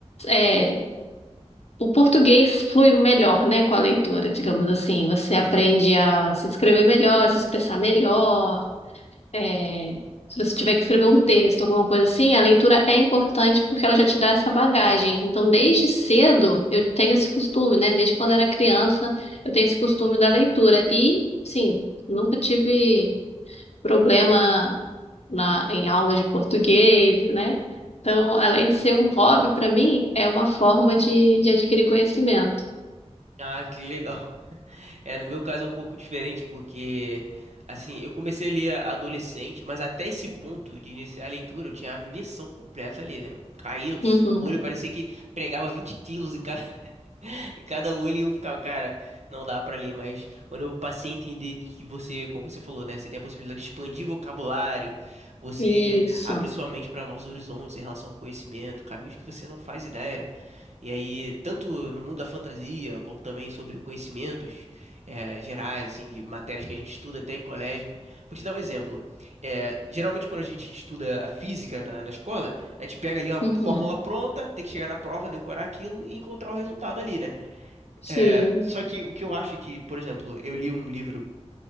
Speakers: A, on the left (about 65°); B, on the right (about 70°).
A: é, o português flui melhor, né, com a leitura, digamos assim. Você aprende
B: Sim.
A: a se escrever melhor, se expressar melhor. é, Se você tiver que escrever um texto, alguma coisa assim, a leitura é importante porque ela já te dá essa bagagem. Então, desde cedo, eu tenho esse costume, né? Desde quando era criança, eu tenho esse costume da leitura. E, sim, nunca tive problema na, em aulas de português, né? Então, além de ser um hobby, para mim, é uma forma de, de adquirir conhecimento.
B: Ah, que legal. <laughs> É, no meu caso é um pouco diferente porque assim, eu comecei a ler adolescente, mas até esse ponto de iniciar a leitura eu tinha aversão completa ali, né? Eu caía,
A: Uhum.
B: o olho parecia que pregava 20 quilos em cada <laughs> E cada olho eu ficava, cara, não dá pra ler, mas quando eu passei a entender que você, como você falou, né, você tem a possibilidade de expandir vocabulário, você
A: Isso.
B: abre sua mente pra novos horizontes em relação ao conhecimento, caminhos que você não faz ideia. E aí, tanto no mundo da fantasia, como também sobre conhecimentos eh, gerais, assim, de matérias que a gente estuda até em colégio. Vou te dar um exemplo. Eh, geralmente, quando a gente estuda a física na, na escola, a gente pega ali uma
A: Uhum.
B: fórmula pronta, tem que chegar na prova, decorar aquilo e encontrar o resultado ali, né?
A: Sim,
B: É, só que o que eu acho é que, por exemplo, eu li um livro